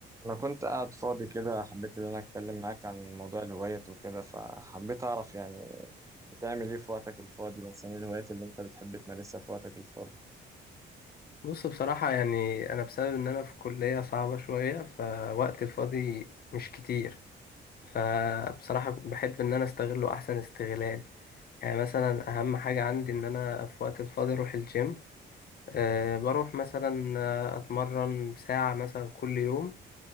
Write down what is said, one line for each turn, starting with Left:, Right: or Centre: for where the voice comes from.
Right: أنا كنت قاعد فاضي كده حبيت إن أنا أتكلم معاك عن موضوع الهوايات وكده فحبيت أعرف يعني بتعمل إيه في وقتك الفاضي مثلا إيه الهوايات اللي أنت بتحب تمارسها في وقتك الفاضي
Left: بص بصراحة يعني أنا بسبب إن أنا في كلية صعبة شوية فوقت الفاضي مش كتير فبصراحة بحب إن أنا أستغله أحسن استغلال يعني مثلا أهم حاجة عندي إن أنا في وقت الفاضي أروح الجيم أه بروح مثلا آه، أتمرن ساعة مثلا كل يوم